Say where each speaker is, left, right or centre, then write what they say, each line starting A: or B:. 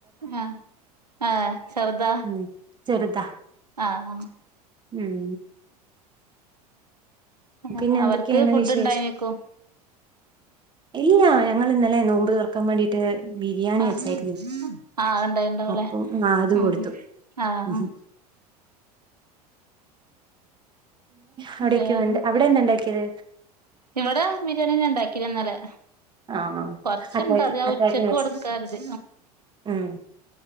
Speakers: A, on the right (about 85°); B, on the right (about 25°).
A: ആഹ് ആഹ് ചെർതാ
B: ഉം ചെറുതാ
A: ആഹ് ആ
B: ഉം
A: ആഹ്
B: പിന്നെ എന്തൊക്കെയാണ്
A: അവർക്ക് ഫുഡ്
B: വിശേഷം
A: ഇണ്ടായിനിക്കും
B: ഇല്ലാ ഞങ്ങള് ഇന്നലെ നോമ്പ് തൊറക്കാൻ മാണ്ടീട്ട് ബിരിയാണി
A: ആഹ്
B: വെച്ചായിേ
A: ആഹ് ഇണ്ടായിണ്ടാവുല്ലേ
B: അപ്പൊത്
A: ഉം
B: കൊടുത്തു
A: ആഹ്
B: ഉ <inaudible> അവിടേക്ക്
A: ഉ വേറെ
B: വേണ്ട അവിടെ എന്താ ഉണ്ടാക്കിയത്
A: ഇവിടെ ബിരിയാണി ഉണ്ടാക്കിന്നല്ലേ
B: ആ ആ
A: കൊറച്ചുണ്ട്
B: അത്താഴത്തി
A: അത ആ
B: അത്താഴത്തിന്
A: ഉച്ചക്ക്
B: വെച്ച
A: കൊടുക്കരുത്
B: ഉം